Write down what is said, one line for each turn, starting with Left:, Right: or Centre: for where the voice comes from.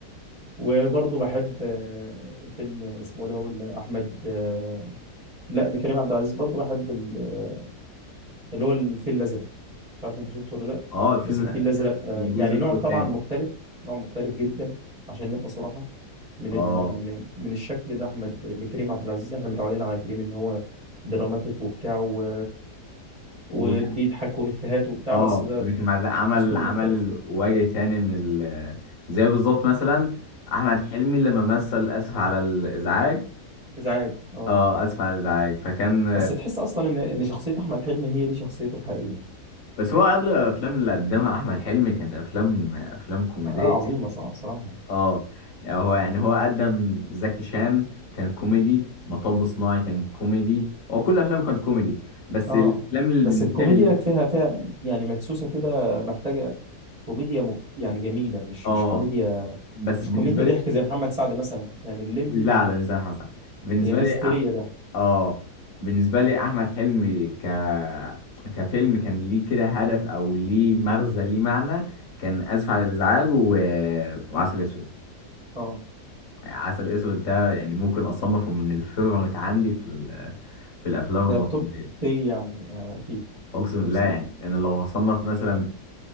Right: وبرضه بحب آه، فيلم اسمه ده هو احمد آه، لا لكريم عبد العزيز برضه بحب ال- اللي هو الفيل الازرق مش عارف انت شفته ولا لا
Left: اه الفيلم
Right: بس الفيل الازرق آه،
Left: الجزء
Right: يعني
Left: الاول
Right: نوع طبعا
Left: والثاني
Right: مختلف نوع مختلف جدا عشان نبقى صراحه من
Left: اه
Right: ال من ال من الشكل ده احمد لكريم عبد العزيز احنا متعودين على كريم ان هو دراماتيك وبتاع و...
Left: و...
Right: وبيضحك وافيهات وبتاع
Left: اه
Right: بس ده
Left: لكن مع ذلك عمل
Right: اسلوب
Left: عمل
Right: مختلف
Left: وجه تاني من ال... زي بالظبط مثلا احمد حلمي لما مثل اسف على الازعاج
Right: ازعاج اه
Left: اه اسف على الازعاج فكان
Right: بس تحس اصلا ان ان شخصيه احمد حلمي هي دي شخصيته الحقيقيه
Left: بس هو اغلب الافلام اللي قدمها احمد حلمي كانت افلام افلام كوميديه
Right: اه آه، عظيمه صراحه صراحه
Left: اه يعني هو يعني هو قدم زكي شان كان كوميدي مطب صناعي كان كوميدي هو كل افلامه كانت كوميدي بس
Right: اه
Left: الافلام اللي
Right: بس
Left: بالنسبه
Right: الكوميديا
Left: لي
Right: فيها فيها يعني مدسوسه كده محتاجه كوميديا مك... يعني جميله مش
Left: اه
Right: مش كوميديا
Left: بس
Right: مش
Left: بالنسبه
Right: كوميديا
Left: لي
Right: ضحك زي محمد سعد مثلا يعني الليمبي
Left: لا لا مش زي حسن بالنسبة
Right: هي
Left: لي
Right: هستيريا
Left: أ-
Right: ده
Left: اه بالنسبة لي أحمد حلمي ك كفيلم كان ليه كده هدف أو ليه مغزى ليه معنى كان آسف على الإزعاج و... وعسل أسود
Right: اه
Left: عسل أسود ده يعني ممكن أصنفه من الفيفوريت عندي في ال... في الأفلام
Right: ده
Left: المصرية
Right: توب 3 يعني آه، اكيد
Left: أقسم
Right: توب
Left: بالله
Right: 3
Left: يعني أنا لو هصنف مثلا